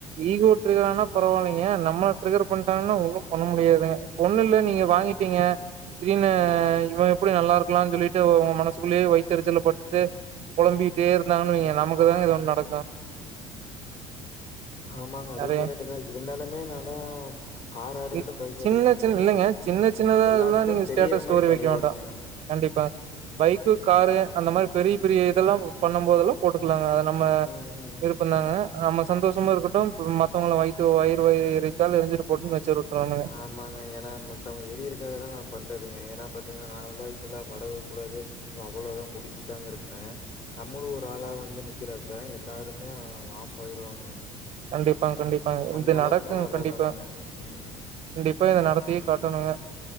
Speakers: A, on the right (about 40°); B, on the left (about 40°).
A: ஈகோ ட்ருகரானா பரவாயில்லைங்க நம்மள ட்ரிகர் பண்ட்டாங்கன ஒன்னு பண்ண முடியாதுங்க ஒண்ணுல்ல நீங்க வாங்கிட்டீங்க திடீர்னு
B: ம்
A: இவ எப்படி நல்லா இருக்கலானு சொல்லிட்டு உங்க மனசுக்குள்ளேயே வைத்தரிச்சல் பட்டுட்டு பொளம்பிட்டே இருந்தாங்கன்ன வைங்க நமக்கு தாங்க ஏதோ ஒன்னு நடக்கு
B: ஆமாங்க அதுவு
A: நெறைய
B: கரெக்ட்டு தா இருந்தாலுமே நாலா காராருக்கட்டு
A: இ
B: பைக்ருக்கட்டுங்க
A: சின்ன சின்ன இல்லங்க சின்ன
B: ம்
A: சின்னதா
B: எல்லாத்துக்கு
A: எல்லா நீங்க ஸ்டேட்டஸ்
B: தெரியிற
A: ஸ்டோரி
B: மாரி பண்ணிருவணுங்க
A: வைக்க வேண்டா கண்டிப்பா பைக்கு காரு அந்த மாரி பெரிய பெரிய இதெல்லா பண்ணும் போதெல்லா போட்டுக்கலாங்க அத நம்ம
B: ம் ம்
A: எதுப்பண்ணாங்க
B: ம்
A: நம்ம சந்தோஷமாருக்கட்டு மத்தவங்கள வயத்து வயிரு வயிரு எரித்தால் எரிஞ்சிட்டு போட்டுன்னு வச்சிருக்கன்னுங்க
B: ஆமாங்க ஏன்னா மாத்தவங்க ஏரியருக்காக தா நா பண்ணுறதுங்க ஏன்னா பாத்தீங்கன்னா நான்லா இப்பல்லா வரவேக்கூடாது அவ்ளோதா முடிஞ்சிட்டாங்கன் இருப்பே நம்மளு ஒரு ஆளா வந்து நிக்கிறப்ப எல்லாருமே ஆஃப் ஆயிருவாங்க
A: கண்டிப்பாங்க கண்டிப்பாங்க
B: அந்த
A: இது
B: அளவுக்கு
A: நடக்கு
B: வளரணுங்க.
A: கண்டிப்பா
B: ம்.
A: கண்டிப்பா இத நடத்தியே காட்டணுங்க